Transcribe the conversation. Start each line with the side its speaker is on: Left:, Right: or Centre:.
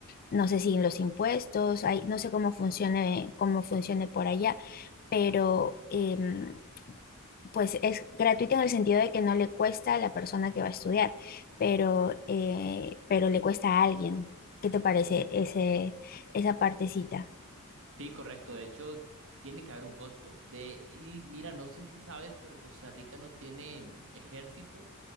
Left: No sé si en los impuestos, hay, no sé cómo funcione, cómo funcione por allá, pero em, pues es gratuito en el sentido de que no le cuesta a la persona que va a estudiar, pero, eh, pero le cuesta a alguien. ¿Qué te parece ese, esa partecita?
Right: Sí, correcto. De hecho, tiene que haber un costo. De, y mira, no sé si sabes, pero Costa Rica no tiene ejército,